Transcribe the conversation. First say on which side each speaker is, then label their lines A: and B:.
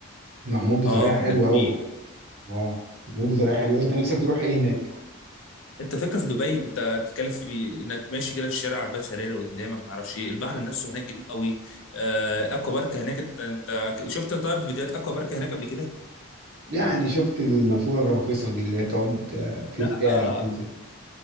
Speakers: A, on the right; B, on the left.
A: معمول بطريقه
B: اه
A: حلوه
B: ده جميل
A: قوي اه معمول بطريقه حلوه انت نفسك تروح ايه هناك
B: انت فكره في دبي انت بتتكلم في انك ماشي كده في الشارع عربيات فيراري قدامك ما اعرفش ايه البحر نفسه هناك جميل قوي آه اكوا بارك هناك انت, انت شفت طيب فيديوهات اكوا بارك هناك قبل كده
A: يعني شفت النافوره الراقصه دي اللي هي بتقعد آه، تت-
B: لا
A: تعلى وتنزل